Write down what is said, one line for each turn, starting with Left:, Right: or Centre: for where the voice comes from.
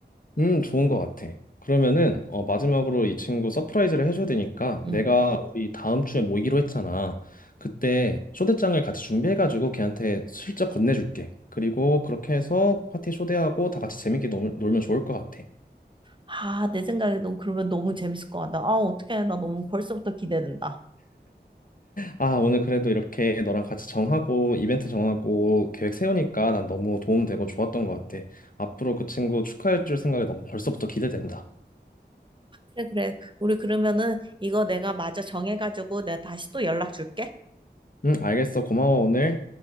Left: 음, 좋은 것 같아. 그러면은, 어, 마지막으로 이 친구 서프라이즈를 해줘야 되니까,
Right: 응.
Left: 내가 우리 다음 주에 모이기로 했잖아. 그때 초대장을 같이 준비해가지고 걔한테 슬쩍 건네줄게. 그리고 그렇게 해서 파티 초대하고 다 같이 재밌게 놀, 놀면 좋을 것 같아.
Right: 아, 내 생각에도 그러면 너무 재밌을 것 같다. 아, 어떡해. 나 너무 벌써부터 기대된다.
Left: 아, 오늘 그래도 이렇게 너랑 같이 정하고 이벤트 정하고 계획 세우니까 난 너무 도움되고 좋았던 것 같아. 앞으로 그 친구 축하해줄 생각이 너무 벌써부터 기대된다.
Right: 그래, 그래. 우리 그러면은 이거 내가 마저 정해가지고 내가 다시 또 연락 줄게.
Left: 응, 알겠어. 고마워, 오늘.